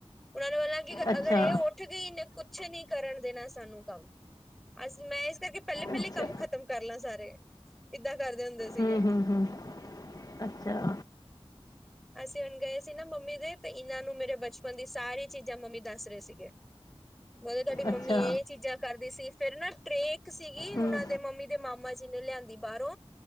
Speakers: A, in the centre; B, on the left.
A: ਉਹਨਾ ਨੇ ਬੋਲਣਾ
B: ਅੱਛਾ
A: ਅਗਰ ਇਹ ਉਠ ਗਈ, ਇਹਨੇ ਕੁਛ ਨੀ ਕਰਨ ਦੇਣਾ ਸਾਨੂੰ ਕੰਮ ਅਸ ਮੈ ਇਸ ਕਰਕੇ ਪਹਿਲੇ-ਪਹਿਲੇ
B: ਅੱਛਾ
A: ਕੰਮ ਖਤਮ ਕਰ ਲਾ ਸਾਰੇ ਇਦਾਂ ਕਰਦੇ ਹੁੰਦੇ ਸੀਗੇ।
B: ਹਮ ਹਮ ਹਮ ਅੱਛਾ।
A: <inaudible> ਅਸੀ ਹੁਣ ਗਏ ਸੀ ਨਾ ਮੰਮੀ ਦੇ ਤੇ ਇਹਨਾ ਨੂੰ ਮੇਰੇ ਬਚਪਨ ਦੀ ਸਾਰੀ ਚੀਜਾ ਮੰਮੀ ਦਸ ਰਹੇ ਸੀਗੇ। <inaudible> <inaudible> ਉਦੇ ਤੁਹਾਡੀ ਮੰਮੀ
B: ਅੱਛਾ
A: ਇਹ ਚੀਜ਼ਾਂ ਕਰਦੀ ਸੀ ਫਿਰ ਨਾ ਟ੍ਰਰੇਕ ਸੀਗੀ ਉਹਨਾ
B: ਹਮ
A: ਦੇ ਮੰਮੀ ਦੇ ਮਾਮਾ ਚ' ਜਿਹਨ ਲਿਆਦੀ ਬਾਹਰੋ